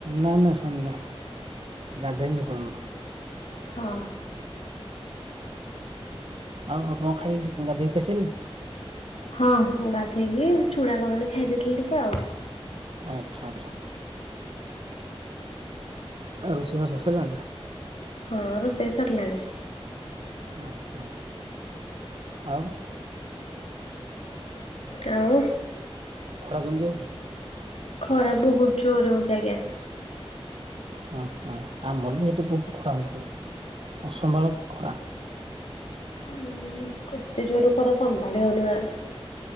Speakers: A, on the right; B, on the left.
A: ନାଇଁ ନାଇଁ ସରିନେଇ, ଗାଧେଇନି ଏ ପର୍ଯ୍ୟନ୍ତ।
B: ହଁ।
A: ଆଉ ଆପଣ ଖାଇ ଗାଧେଇକି ଖାଇ ଶାଇଲେଣି?
B: ହଁ ଗାଧେଇକି ଚୁଡ଼ା କଦଳୀ ଖାଇ ଦେଇଥିଲି ଟିକେ ଆଉ।
A: ଆଚ୍ଛା ଆଚ୍ଛା। ଆ ରୋଷେଇ ବାସ ସଇଲାନି ନା?
B: ହଁ ରୋଷେଇ ସରିଲାଣି।
A: ହଁ ହଁ, ଆଉ।
B: ଆଉ।
A: ଖରା କେମତି ହୋଉଚି?
B: ଖରା ବହୁତ ଜୋର ହଉଚି ଆଜ୍ଞା।
A: ହୁଁ, ହୁଁ ଆମର ବି ଏଠି ବହୁତ ଖରା ହଉଛି, ଅସମ୍ଭାଳ ଖରା।
B: ଉଁ, ହଁ କେତେ ଜୋରୁ ଖରା ସମ୍ଭାଳି ହଉନି ବା।